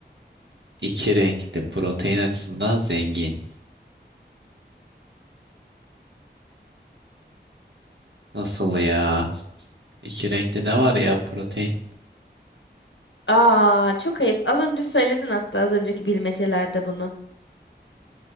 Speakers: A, on the right; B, on the left.
A: İki renkli protein açısından zengin. Nasıl ya? İki renkli ne var ya protein?
B: Aa, çok ayıp. Az önce söyledin hatta az önceki bilmecelerde bunu.